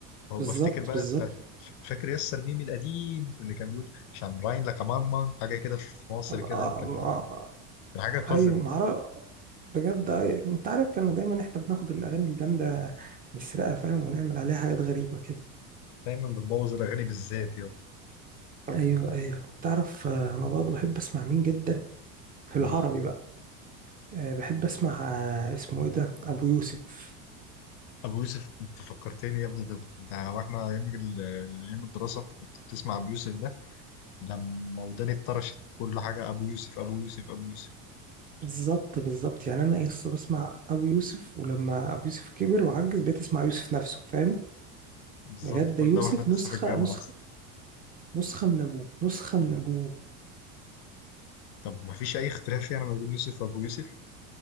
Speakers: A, on the left; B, on the right.
A: وبفتكر
B: بالظبط
A: بقى
B: بالظبط
A: بتاعت فاكر يس الميم القديم اللي كان بيقول شاين براين لك ماما حاجه كده في مصر
B: آه،
A: كده
B: آه،
A: كان مين
B: آه،
A: كان حاجه قذره
B: ايوه معرف
A: كده.
B: بجد أيوة. انت عارف كانوا دايما احنا بناخد الاغاني الجامده نسرقها فاهم ونعمل عليها حاجات غريبه كده
A: دايما بتبوظ الاغاني بالذات يا
B: ايوه ايوه تعرف آه، انا برضه بحب اسمع مين جدا في العربي
A: مين
B: بقى آه، بحب اسمع آه، اسمه ايه ده ابو يوسف
A: ابو يوسف انت فكرتني يا ابني ده ده واحنا ايام ال- ايام الدراسه انت كنت بتسمع ابو يوسف ده لما وداني اتطرشت كل حاجة أبو يوسف أبو يوسف أبو يوسف
B: بالظبط بالظبط يعني انا لسه بسمع ابو يوسف ولما ابو يوسف كبر وعجز بقيت اسمع يوسف نفسه فاهم
A: بالظبط
B: بجد
A: كل
B: ده يوسف
A: ده وإحنا
B: نسخه
A: لسه في الجامعة
B: نسخه
A: أصلا
B: نسخه من ابوه نسخه من ابوه
A: طب ما فيش أي اختلاف يعني ما بين يوسف وأبو يوسف